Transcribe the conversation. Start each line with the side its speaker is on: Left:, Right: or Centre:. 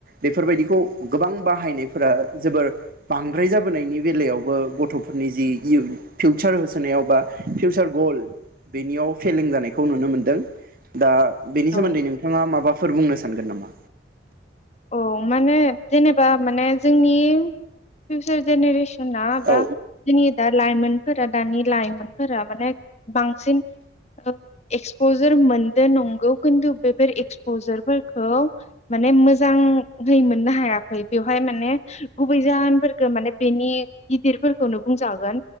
Right: बेफोरबायदिखौ गोबां बाहायनायफोरा जोबोर बांद्राय जाबोनाय। बेनि बेलायावबो गथ'फोरनि जि इउ फिउचार होसोनायाव बा फिउचार गल बेनियाव फेलें जानायखौ नुनो मोनदों दा बेनि
Left: औ
Right: सोमोन्दै नोंथाङा माबाफोर बुंनो सा सानगोन नामा।
Left: औ माने जेनेबा माने जोंनि फिउचार जेनेरेसना बा
Right: औ
Left: जोंनि दा लाइमोनफोरा दानि लाइमोनफोरा माने बांसिन ओ एक्सप दोर मोनदो नंगौ। खिन्थु बेफोर एक्सप'झार फोरखौ माने मोज जांयहै मोननो हायाखै बेवहाय माने गुबै जाहोनफोरखौ माने बेनि गिदिरफोरखौनो बुंजागोन